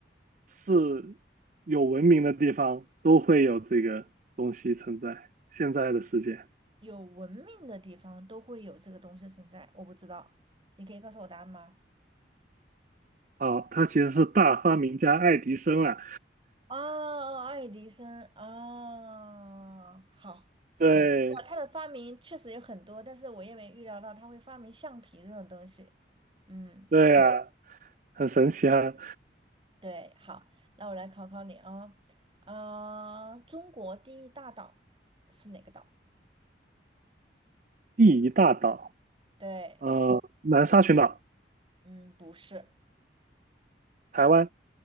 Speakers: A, on the right (about 45°); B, on the right (about 30°).
A: 是有文明的地方，都会有这个东西存在。现在的世界，
B: 有文明的地方都会有这个东西的存在，我不知道，你可以告诉我答案吗？
A: 啊，他其实是大发明家爱迪生啊，
B: 啊，爱迪生啊，好，
A: 对
B: 哇，他的发明确实有很多，但是我也没预料到他会发明橡皮这种东西。嗯，
A: 对啊，很神奇啊，
B: 对，好，那我来考考你啊，啊、中国第一大岛是哪个岛？
A: 第一大岛，
B: 对，
A: 呃，南沙群岛。
B: 嗯，不是，
A: 台湾。